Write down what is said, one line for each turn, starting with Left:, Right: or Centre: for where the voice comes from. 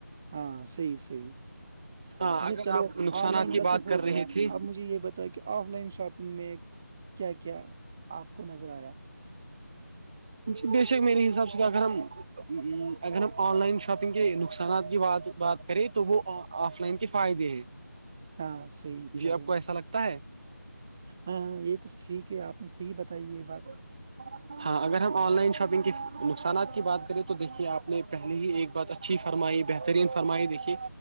Centre: ہاں صحیح صحیح
Right: ہاں
Centre: اچھا
Right: اگر
Centre: چلو
Right: آپ نقصانات
Centre: آن لائن
Right: کی
Centre: کا
Right: بات
Centre: تو ہو
Right: کر رہے
Centre: گیا
Right: تھے
Centre: اب مجھے یہ بتا کہ آف لائن شاپنگ میں کیا کیا آپ کو نظر آیا
Right: جی بے شک میرے حساب سے اگر ہم اگر ہم آن لائن شاپنگ کے نقصانات کی بات کریں تو وہ آف لائن کے فائدے ہیں
Centre: ہاں صحیح بچارے
Right: جی آپ کو ایسا لگتا ہے
Centre: ہاں ہاں یہ تو ٹھیک ہے آپ نے صحیح بتائی یہ بات
Right: ہاں ہاں اگر ہم آن لائن شاپنگ کے نقصانات کی بات کریں تو دیکھیے آپ نے پہلے ہی ایک بات اچھی فرمائی بہترین فرمائی دیکھیے